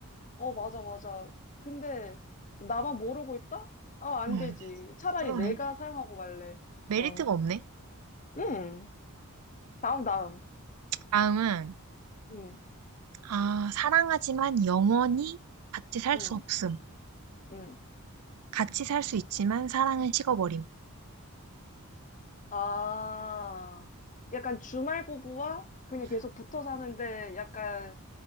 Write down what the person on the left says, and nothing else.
어, 맞아, 맞아. 근데, 나만 모르고 있다? 아, 안
되지. 차라리
내가 사용하고 말래.
어.
음. 다음, 다음.
응,
응,
응.
아, 약간 주말 부부와 그냥 계속 붙어 사는데 약간